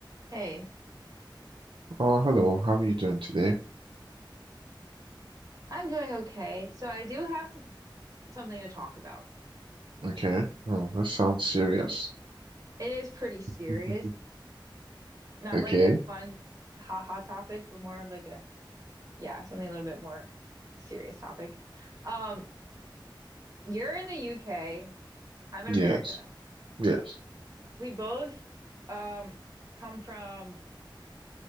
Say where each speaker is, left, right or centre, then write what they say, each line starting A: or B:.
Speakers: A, on the right; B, on the right.
A: Hey,
B: Oh, hello. How are you doing today?
A: I'm doing okay. So I do have to, something to talk about.
B: Okay. Oh, that sounds serious.
A: It is pretty serious,
B: <laughs>
A: not
B: Okay.
A: like a fun haha topic, but more of like a yeah, something a little bit more serious topic. Um, you're in the UK, I'm in
B: Yes.
A: America.
B: Yes.
A: We both um come from